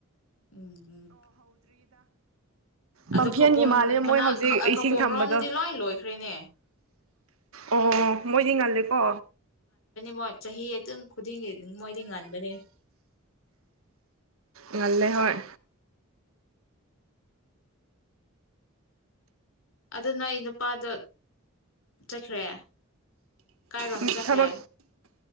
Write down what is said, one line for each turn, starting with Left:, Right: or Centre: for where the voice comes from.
Left: ꯎꯝ ꯎꯝ ꯑꯗꯨ
Right: ꯄꯥꯝꯐꯦꯟꯒꯤ
Left: ꯈꯧꯄꯨꯝ
Right: ꯃꯥꯜꯂꯦ
Left: ꯃꯅꯥꯛ
Right: ꯃꯣꯏ ꯍꯧꯖꯤꯛ ꯏꯁꯤꯡ
Left: ꯈꯧꯄꯨꯝ
Right: ꯊꯝꯕꯗꯣ
Left: ꯔꯣꯝꯗꯗꯤ ꯂꯣꯏ ꯂꯣꯏꯈ꯭ꯔꯦꯅꯦ
Right: ꯑꯣ ꯃꯣꯏꯗꯤ ꯉꯜꯂꯦꯀꯣ
Left: ꯃꯣꯠ ꯆꯍꯤ ꯑꯗꯨꯝ ꯈꯨꯗꯤꯡꯒꯤ ꯃꯣꯏꯗꯤ ꯉꯟꯥꯟꯕꯅꯦ
Right: ꯉꯜꯂꯦ ꯍꯣꯏ
Left: ꯑꯗꯨ ꯅ ꯑꯩ ꯅꯨꯄꯥꯗꯣ ꯆꯠꯈ꯭ꯔꯦ ꯀꯥꯏꯔꯣꯝꯗ
Right: ꯃ
Left: ꯆꯠꯈ꯭ꯔꯦ
Right: ꯊꯕ